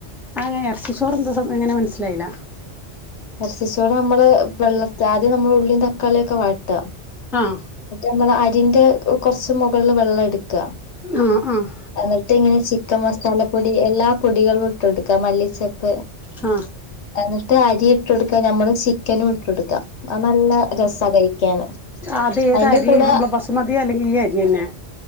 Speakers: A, in the centre; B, on the left.
A: അങ്ങനെ ഇറച്ചിച്ചോറ് എന്താ സം എങ്ങനെ മനസ്സിലായില്ല
B: നസിച്ചോടെ നമ്മള് വെള്ളത്തി ആദ്യം നമ്മൾ ഉള്ളീം തക്കാളിയൊക്കെ വാട്ടുക
A: ആഹ
B: നമ്മള അരിന്റെ കുറച്ച് മുകളിൽ വെള്ളം എടുക്കും
A: ആഹ് ആഹ്
B: എന്നിട്ട് ഇങ്ങനെ ചിക്കൻ മസാലപ്പൊടി എല്ലാം കുടികൾ വിട്ടെടുക്കാം മല്ലിച്ചപ്പ്
A: ആ
B: എന്നിട്ട് അരി ഇട്ട കൊടുക്കാ ഞമ്മള് ചിക്കനും ഇട്ട കൊടുക്കാം ആ നല്ല രസ കഴിക്കാന്
A: അത ഏതായിരിയ
B: അതിന്റെ കൂടെ
A: നമ്മള് ബസ് മതിയ അല്ലെങ്കിൽ ഈ ആരിയ തന്നെ